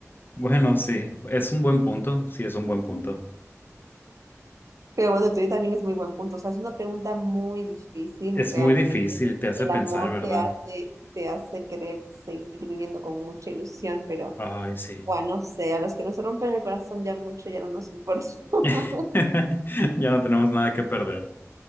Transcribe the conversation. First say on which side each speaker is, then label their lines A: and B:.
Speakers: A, on the left; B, on the right.
A: Bueno, sí, es un buen punto, sí, es un buen punto.
B: Pero bueno, el tuyo también es muy buen punto. O sea, es una pregunta muy difícil
A: Es
B: realmente.
A: muy difícil,
B: porque
A: te hace
B: El
A: pensar,
B: amor
A: ¿verdad?
B: te hace, te hace querer seguir viviendo con mucha ilusión, pero
A: Ay, sí.
B: bueno, no sé, a los que nos rompen el corazón ya mucho, ya no nos importa. <laughs>
A: <laughs> Ya no tenemos nada que perder.